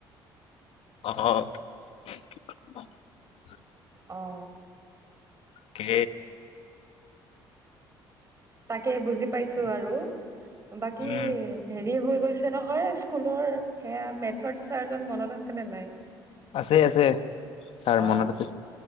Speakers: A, on the left; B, on the right.
A: অ
B: অ
A: কে
B: তাকে বুজি পাইছো আৰু। বাকী
A: উম
B: হেৰি হেৰি হৈ গৈছে নহয় স্কুলৰ সেয়া মেথছ ছাৰজন মনত আছে নে নাই
A: আছে আছে ছাৰ
B: অ
A: মনত আছে